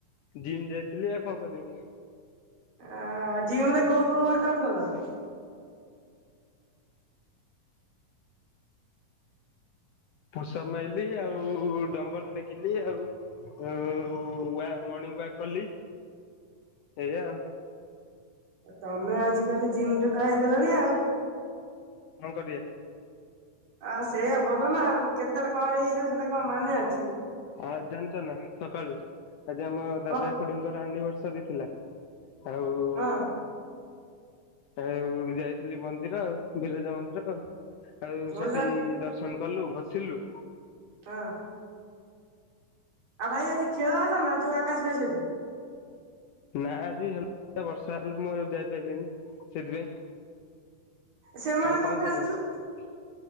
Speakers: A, on the left; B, on the right.
A: ଜିମ୍ ଯାଇଥିଲି ଆଉ କଁ କରିବି।
B: ଆ ଜିମରେ କୋଉ କୋଉ ୱାର୍କ ଆଉଟ୍ କଲ?
A: ପୁସ୍ଅପ ମାଇଲି ଆଉ ଡମ୍ବଲ ଟେକିଲି ଆଉ। ଆଉ ୱା ମର୍ଣ୍ଣିଂ ୱାକ୍ କଲି। ଏଇଆା ଆଉ।
B: ତମେ ଆଜିିକାଲି ଜିମ୍ ଟୋକାା ହେଇଗଲାଣି ଆଉ?
A: କଣ କରିଆ?
B: ଆଉ ସେଇଆା ଭଲ ନା ଆଉ, କେତେଲେ କଣ ହେଇଯିବ ସେଇଟା କଣ ମାନେ ଅଛି?
A: ଆଉ ଜାଣିଚ ନା ସକାଳୁ ଆଜି ଆମ
B: କଣ
A: ଦାଦା ଖୁଡିଙ୍କର ଆନିଭର୍ସରୀ ଥିଲା? ଆଉ
B: ହଁ
A: ଆଉ ଯାଇଥିଲି ମନ୍ଦିର ଆଉ। ବିରଜା ମନ୍ଦିର ଆଉ। ଆଉ
B: ମଉସା
A: ସେଠି ଦର୍ଶନ କଲୁ ଭସିଲୁ
B: ହଁ ଆଉ ଭାଇ ଆଜି ଖେଳ ହେଲା ନା, ଯୋଉ ଆକାଶ ଭାଇ ସହିତ?
A: ନା ଆଜି ହେ ବର୍ଷା ହେଲା ମୁଁ ଆଉ ଯାଇପାରିଲିନି ସେଥିପାଇଁ।
B: ସେମାନେ
A: ଆଉ କଣ
B: ଖେଳୁଥିଲେ?
A: କରିବି?